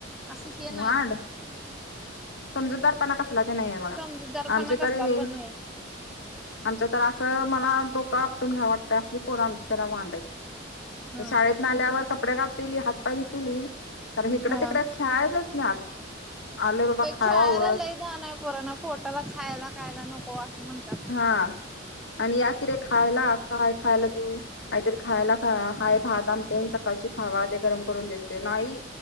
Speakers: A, in the centre; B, on the left.
A: अशी हे नाहीत
B: वाड. समजूतदारपणा कसला ते नाही बघा,
A: समजूतदारपणा
B: आमचे
A: कसला
B: तरी हे
A: पण
B: आमच्या तर असं मला डोकं आपटून घ्यावं वाटतं असली पोर आमची तर वांड हाईत.
A: हा.
B: शाळेतना आल्यावर कपडे काढतीली हात पाय धुतीली तर हिकडं तिकड
A: हा.
B: खे खेळेतच नान आले बाबा खावावं
A: च्यायला लै जा नाही पराना पोटाला खायला खायला नको असं म्हणतात.
B: हा आणि या किर खायला काय खायला देऊ. काहीतरी खायला हाय भात आमटे सकाळची खावा ते गरम करून देते, नाही